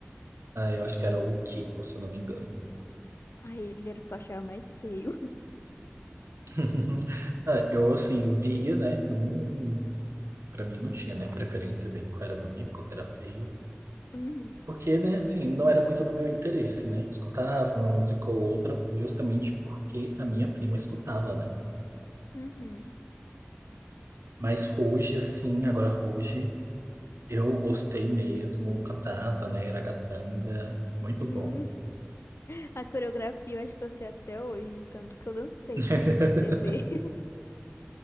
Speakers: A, on the right (about 85°); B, on the left (about 70°).
A: Ah, eu acho que era o Kiko, se eu não me engano.
B: Aí ele era o que eu achava mais feio.
A: <laughs> Ah, eu assim via, né? Eu não, para mim não tinha, né, preferência de qual era bonito, qual era feio.
B: <laughs> Uhum.
A: Porque, né, assim, não era muito do meu interesse, né? Escutava uma música ou outra justamente porque a minha prima escutava, né?
B: Uhum.
A: Mas hoje, assim, agora hoje, eu gostei mesmo, cantava, né? Iragatanga, muito
B: Uhum.
A: bom.
B: A coreografia eu acho que eu sei até hoje, tanto que eu dancei
A: <laughs>
B: em frente à TV. <laughs>